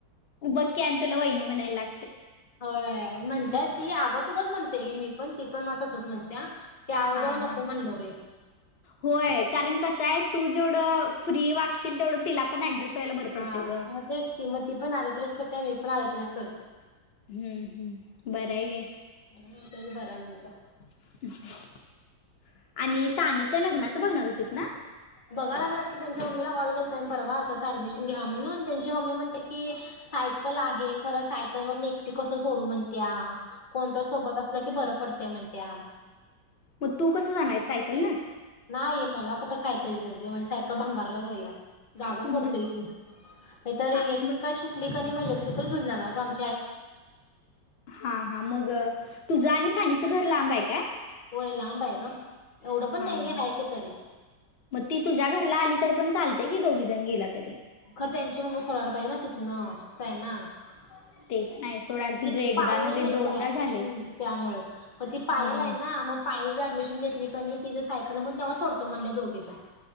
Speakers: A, on the left (about 85°); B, on the left (about 30°).
A: <inaudible> बघ की आणि तुला वहिनी म्हणाय ला
B: होय म्हणत्या ती आगं तुगच म्हणतोय ग मी पण ती पण मग आता तसं म्हणत्या ते आवो
A: हां
B: -जावो नको
A: हां
B: म्हणलो बाई
A: होय कारण कसं आहे तू जेवढं फ्री वागशील तेवढं तिला पण ऍडजस्ट व्हायला बरं पडतंय
B: हा
A: गं.
B: मग तेच कि मग ती पण अरे तुरेच करतीया आणि मी पण अरे तुरेच करतोय.
A: हम्म- हम्म बराय घे
B: हम्म तेच बरं आहे म्हणलं
A: <inaudible> आणि सानीच्या लग्नाच बघणार होतीत ना?
B: बघाय लागल्यात की त्यांच्या मम्मीला कॉल केलता परवा असं असं ॲडमिशन ऍडमिशन घ्या म्हनून त्यांची मम्मी म्हणत्याकी सायकल आहे, खर सायकल वरन एकटी कस सोडू म्हणत्या त्या कोणतर सोबत असलं की बरं पडतय म्हणत्या.
A: मग तू कस जाणार आहे सायकलनच?
B: नाही मला कुठं सायकल देत्यात माझी सायकल भंगारला जायला. जागा
A: मग
B: फोडतोय की नाही तर इलेक्ट्रिकल
A: हां मग
B: शिकली कनी मग इलेक्ट्रिकल घेऊन जाणार काम
A: हा- हा मग तुझं आणि सानीचं घर लांब आहे काय?
B: होय लांबाय ग? एवढं पण
A: हा
B: नाही ग
A: -हा
B: हाय की तरी
A: मग ती तुझ्या घरला आली तर पण चालते की दोघी जण गेला तरी
B: खरं त्यांची मम्मी सोडायला पाहिजे ना तिथन? असं आहे ना. <inaudible>
A: ते पण
B: <inaudible>
A: आहे सोड आणि तिचं
B: ती
A: एकदा
B: पायल
A: नव्हे
B: नाही
A: दोनदा
B: का? हम्म
A: झाले
B: त्यामुळेच, मग ती
A: हम्म
B: पायल आहे ना मग पायल जर ऍडमिशन घेतली का नाही तिं सायकल मग तेव्हा सोडत म्हणलं दोघीच <inaudible>